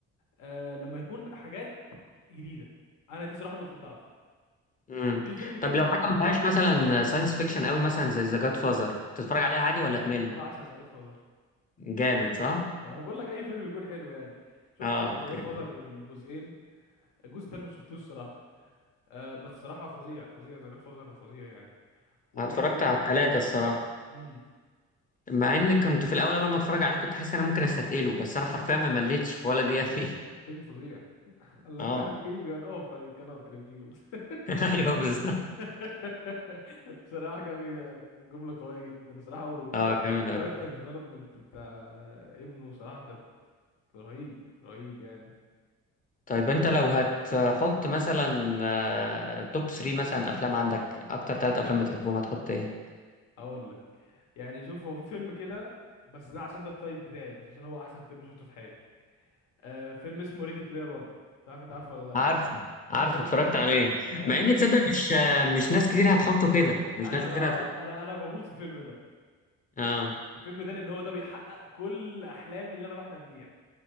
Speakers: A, on the left; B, on the left.
A: آه لما يكون حاجات جديده انا دي صراحه نقطه ضعفي
B: مم.
A: في فيلم كده
B: طب لو حاجة ما فيهاش مثلا ساينس فيكشن قوي مثلا زي ذا جاد فازر تتفرج عليها عادي ولا تمل
A: ده انا بعشق ذا جاد
B: جامد صح؟
A: انا بقول لك اي فيلم بيكون حلو يعني شفت
B: اه
A: طبعا
B: اوكي
A: ذا جاد فازر الجزئين الجزء التالت ما شفتوش صراحه آه بس صراحه فظيع فظيع ذا جاد فازر فظيع يعني وبرده
B: أنا اتفرجت على اه التلاتة الصراحة
A: امم
B: مع
A: آه
B: ان كنت في الاول قبل ما اتفرج عليه كنت حاسس ان انا ممكن استثقله بس انا حرفيا ما مليتش في ولا دقيقة فيه
A: فيلم فظيع <laughs> قال لك
B: اه
A: I'll give you an offer you cannot refuse
B: <laughs> ايوه بالظبط
A: <laughs> صراحه جميل جمله قويه جدا صراحه و...
B: اه جامد
A: والكاركتر
B: اوي
A: ديفلوبمنت بتاع ابنه صراحه كانت رهيب رهيب يعني
B: طيب انت لو هتحط مثلا آه، توب 3 مثلا افلام عندك اكتر ثلاث افلام بتحبهم هتحط ايه؟
A: هقول لك يعني شوف هو في فيلم كده بس ده عشان ده التايب بتاعي مش عشان هو احسن فيلم شفته في حياتي آه، فيلم اسمه ريدي بلاير 1 مش عارف انت عارفه ولا لا
B: عارفه عارفه
A: ب-
B: اتفرجت عليه
A: عارف-
B: مع ان تصدق مش آه، مش ناس كتير هتحطه كده مش
A: انا
B: ناس كتير
A: بقى, بقى
B: هتحطه
A: انا انا بموت في الفيلم ده
B: اه
A: الفيلم ده لان هو ده بيحقق كل احلامي اللي انا بحلم بيها